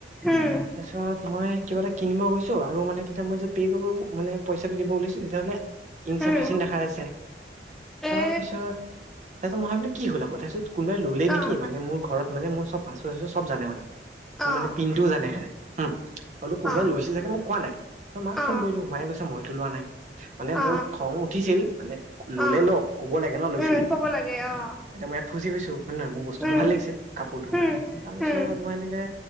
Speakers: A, in the centre; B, on the right.
A: উম
B: তাৰপিছত মই কিবা এটা কিনিব গৈছো, আৰু মানে তেতিয়া মই যে পে' কৰিব মানে পইচাটো দিব ওলাইছো, তেতিয়া হ'লে ইনচাফিছিং
A: উম
B: দেখাই আছে, তাৰপিছত
A: এ
B: তাৰপিছত মই ভাবিলো কি হ'ল আক, তাৰ পিছত কোনোবাই ললেই নেকি,
A: অ
B: মানে মোৰ ঘৰত মানে মোৰ চব পাছপৰ্ট চব জানে মানে মোৰ
A: অ অ
B: মানে পিন্টো জানে সে, হুম অলপ কোনোবাই
A: অ
B: লৈছে চাগে মোক কোৱা নাই, ত মাক
A: অ
B: ফোন কৰিলো, মায়ে কৈছে মইতো লোৱা নাই। মানে
A: অ
B: মোৰ খং উঠিছিল, মানে ল'লে
A: অ
B: ল', কব লাগে ন লৈছো
A: উম
B: বুলি।
A: ক'ব লাগে অ
B: <unintelligible> মই ইয়াত ফচি গৈছো, হয় নে নহয়, মোৰ বস্তুটো
A: উম
B: ভাল লাগিছে কাপোৰটো,
A: উম
B: তাৰ পিছত
A: উম
B: মই এনেকে